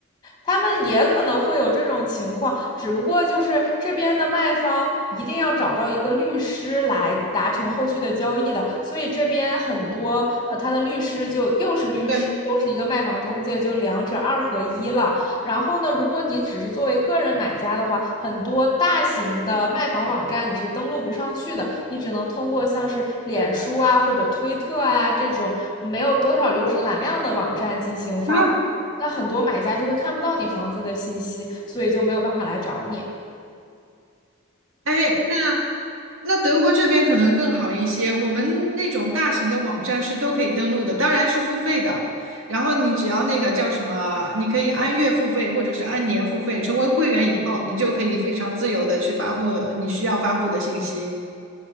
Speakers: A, on the left; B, on the right.
A: 他们也可能会有这种情况，只不过就是这边的卖方一定要找到一个律师来达成后续的交易的，所以这边很多呃，他的律师就又是律师，
B: 对，
A: 又是一个卖房中介，就两者二合一了。然后呢，如果你只是作为个人买家的话，很多大型的卖房网站你是登录不上去的，你只能通过像是脸书啊或者推特啊这种没有多少浏览量的网站进行发布。
B: 啊，
A: 那很多买家就会看不到你房子的信息，所以就没有办法来找你。
B: 哎，那那德国这边可能更好一些。我们那种大型的网站是都可以登录的，当然是付费的。然后你只要那个叫什么，你可以按月付费或者是按年付费。成为会员以后，你就可以非常自由的去发布你需要发布的信息。